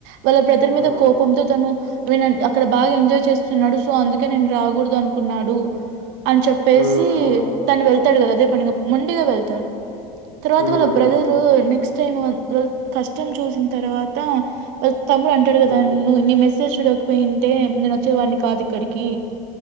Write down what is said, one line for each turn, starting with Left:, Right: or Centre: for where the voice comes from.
Right: వాళ్ళ బ్రదర్ మీద
Left: ఉమ్
Right: కోపంతో ఇతను వినండి అక్కడ బాగా ఎంజాయ్ చేస్తున్నాడు సో అందుకే నేను రాకూడదు అనుకున్నాడు అని చెప్పేసి
Left: ఉమ్ అవును
Right: తను వెళ్తాడు కదా అదే పని మొండిగా వెళ్తాడు తర్వాత
Left: ఉమ్
Right: వాళ్ళ మీరు నెక్స్ట్ టైం కష్టం చూసిన తరువాత తమ్ము అంటాడు కదా
Left: ఉమ్
Right: నువ్వు నీ మెసేజ్ చూడకపోయింటే నేను వచ్చేవాడిని కాదు ఇక్కడికి